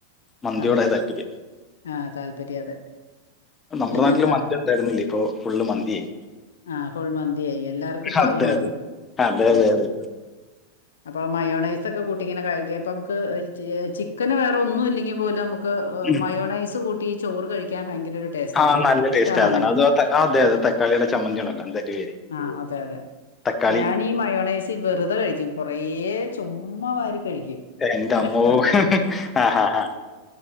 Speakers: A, on the left; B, on the left.
A: മന്തിയോടായി
B: അതെ
A: താല്പര്യം
B: ആഹ് താല്പര്യം അതെ
A: നമ്മുടെ
B: പിന്നെന്താ
A: നാട്ടില് മന്തിയു വരുന്നില്ല ഇപ്പോ ഫുള്ള് മന്തിയായ്
B: ആഹ് ഫുൾ മന്തിയായി എല്ലാർക്കും ഇപ്പ
A: അതെ,
B: അത് മതി
A: അതെ. അതെ,
B: ഉം
A: അതെ, അതെ.
B: അപ്പൊ മയോണൈസ് ഒക്കെ കൂട്ടി ഇങ്ങനെ കഴിക്ക ഇപ്പം നമുക്ക് ചിക്കന് വേറെ ഒന്നും ഇല്ലെങ്കി പോലും നമുക്ക്
A: ഉം.
B: മയോണൈസ് കൂട്ടി ചോറ് കഴിക്കാൻ ഭയങ്കര ഒരു ടേസ്റ്റാല്ലെ
A: ആ നല്ല
B: ഇഷ്ടണോ
A: ടേസ്റ്റ് അതാണ്.
B: അങ്ങനെ
A: അത് ആ അതെ അതെ തക്കാളിയുടെ ചമ്മന്തിയുണ്ടല്ലോ എന്താ അയിന്റെ പേര്
B: ആഹ് അതെ അതെ
A: തക്കാളി
B: ഞാനീ ഈ മയോണൈസ് വെറുതെ കഴിക്കും കുറേ ചുമ്മാവാരി കഴിക്കും അത്ര
A: എന്റെ അമ്മോ
B: ഇഷ്ടാണ്
A: ആ ഹാ ഹാ